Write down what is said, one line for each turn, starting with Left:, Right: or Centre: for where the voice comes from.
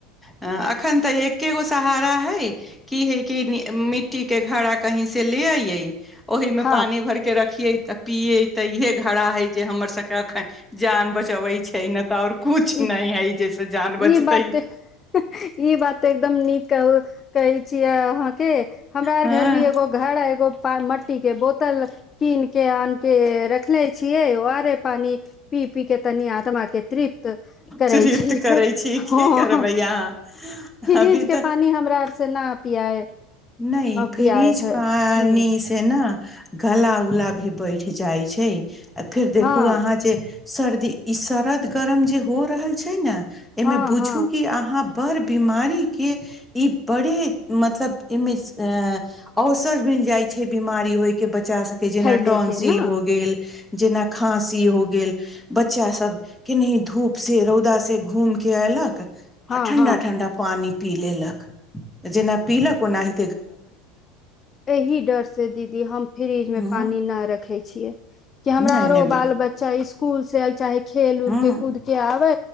Centre: अ अखन तऽ एकेगो सहारा हइ की हे कि मिट्टी के घड़ा कही से ले अइये ओहि मे
Left: हँ
Centre: पानी भर के रखिये तऽ पिये तऽ इहे घर घड़ा है जे हमर सबके एखन जान बचबैत छै नहि तऽ ओर कुछ
Left: ई
Centre: नहि है जाहिसँ जान बचतै
Left: ई बात ई बात तऽ एकदम नीक कहो कहै छीयै अहाँ के हमरा आर
Centre: हँ
Left: घर भी एगो घर एगो मट्टी के बोतल कीन के आन के रखनेे छियै ओ आरे पानि पी पी के तनि आत्माके तृप्त करै
Centre: तृप्त
Left: छिय
Centre: करै छी
Left: ह
Centre: की करबै अहाँ
Left: फ्रिज
Centre: अभी
Left: के
Centre: तऽ
Left: पानी हमरा से न पियाए
Centre: नहि फ्रिज
Left: पियाए है
Centre: पानि
Left: ह
Centre: से ना गला उला भी बैठ जाइ छै आ फेर देखू
Left: हँ
Centre: अहाँ जे सर्दी ई शरद गरम जे हो रहल छै ने एहिमे
Left: हँ
Centre: बुझू
Left: हँ
Centre: कि अहाँ पर बीमारीके ई बड़े मतलब एहिमे अ औसर मिल जाइ छै बीमारी होइ के बच्चा सबके जेना
Left: फैले
Centre: टोंसिल
Left: के न
Centre: हो गेल जेना खाँसी हो गेल बच्चा सब केनेह धूप से रौदा से घूम के ऐलक
Left: हँ
Centre: आ ठंडा
Left: हँ
Centre: ठंडा पानी पी लेलक जेना पीलक ओना ही
Left: एहि डर से दीदी हम फ्रिज मे
Centre: हँ
Left: पानि नहि रखै छियै कि हमरा
Centre: नहि
Left: आरो
Centre: नहि
Left: बाल
Centre: बे
Left: बच्चा इसकूल से चाहे खेल उल
Centre: हँ
Left: के कूद के आवे